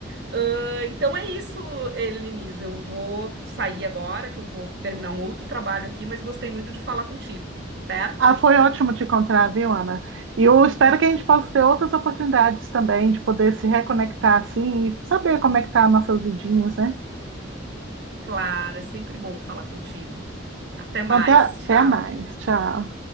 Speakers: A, on the right; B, on the right.
A: Ahn, então é isso, Eliniz. Eu vou sair agora, que eu vou terminar um outro trabalho aqui, mas gostei muito de falar contigo, certo?
B: Ah, foi ótimo te encontrar, viu, Ana? E eu espero que a gente possa ter outras oportunidades também de poder se reconectar assim e saber como é que tá nossas vidinhas, né?
A: Claro, é sempre bom falar contigo. Até mais,
B: Então, até, até
A: tchau.
B: mais. Tchau.